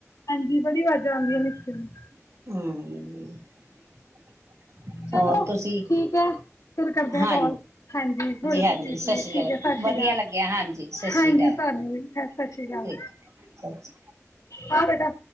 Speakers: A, on the left; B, on the right.
A: ਹਾਂਜੀ ਬੜੀ ਆਵਾਜ਼ਾਂ ਆਉਂਦੀਆਂ ਨੀਚੇ ਨੂੰ
B: ਹ-ਮ <inaudible>
A: ਚਲੋ
B: ਹੋਰ ਤੁਸੀਂ
A: ਠੀਕ ਹੈ ਫਿਰ ਕਰਦੇ
B: ਹਾਂ
A: ਆ ਕਾਲ ਹਾਂਜੀ ਹੋ ਜੋ
B: ਹਾਂਜੀ
A: ਤੁਸੀਂ
B: ਸਤਿ
A: ਫ੍ਰੀ
B: ਸ੍ਰੀ
A: ਤੁਸੀਂ ਠੀਕ
B: ਅਕਾਲ
A: ਹੈ ਸਤਿ ਸ਼੍ਰੀ
B: ਵਧੀਆ
A: ਅਕਾਲ
B: ਲੱਗਿਆ ਹਾਂਜੀ ਸਤਿ ਸ੍ਰੀ
A: ਹਾਂਜੀ
B: ਅਕਾਲ
A: ਸਾਨੂੰ ਵੀ ਸ ਸਤਿ ਸ਼੍ਰੀ ਅਕਾਲ।
B: ਠੀਕ ਸਤਿ ਸ਼੍ਰੀ
A: ਹਾਂ ਬੇਟਾ।